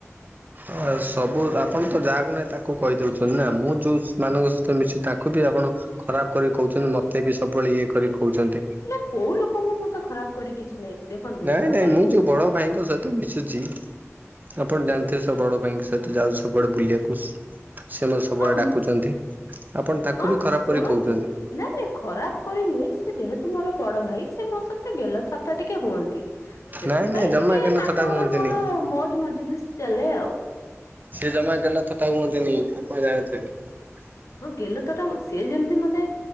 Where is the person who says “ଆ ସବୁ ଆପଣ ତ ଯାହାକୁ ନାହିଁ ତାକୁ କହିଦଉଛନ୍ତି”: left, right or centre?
Right